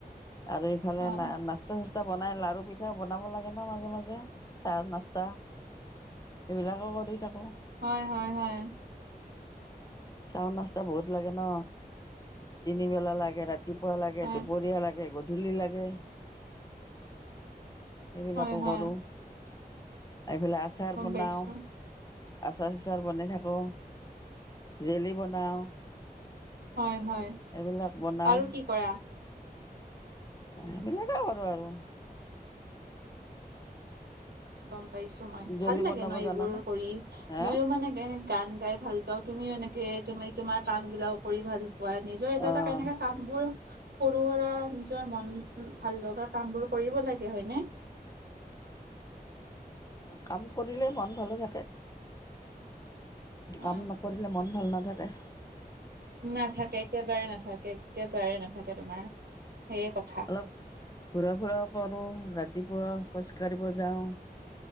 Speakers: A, on the left; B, on the right.
A: আৰু ইফালে
B: হয়
A: না নাস্তা চা স্তা বনাই লাৰু পিঠা বনাব লাগে ন মাজে মাজে চাহ নাস্তা। সেইবিলাকো কৰি থাকোঁ।
B: হয় হয় হয়।
A: চাহ নাস্তা বহুত লাগে ন তিনিবেলা লাগে, ৰাতি পুৱা লাগে,
B: হয়
A: দুপৰীয়া লাগে, গধূলি লাগে। সেইবিলাকো
B: হয় হয়
A: কৰোঁ, এইফালে আচাৰ
B: গম
A: বনাওঁ।
B: পাইছো।
A: আচাৰ চাচাৰ বনাই থাকোঁ। জেলি বনাও,
B: হয় হয়
A: এইবিলাক বনাও।
B: আৰু কি কৰা
A: এইবিলাকে কৰোঁ আৰু।
B: গম পাইছো মই,
A: জেলি
B: ভাল লাগে
A: বনাব
B: ন এইবোৰ
A: জানানে
B: কৰি।
A: হা
B: মইয়ো মানে গান গাই ভাল পাওঁ, বা তুমিও এনেকে তুমি তোমাৰ কাম বিলাকো কৰি ভাল পোৱা নিজৰ এটা
A: অঁ
B: এটা তেনেকা কাম বোৰ সৰু সুৰা নিজৰ মন ভাল লগা কাম বোৰ কৰিব লাগে হয়নে?
A: কাম কৰিলে মন ভালে থাকে।
B: হয়
A: কাম নকৰিলে মন ভাল নাথাকে।
B: নাথাকে একেবাৰে নাথাকে একেবাৰে নাথাকে তোমাৰ। সেয়ে কথা
A: অলপ ঘুৰা ফুৰাও কৰো, ৰাতিপুৱা খোজ কাঢ়িব যাও।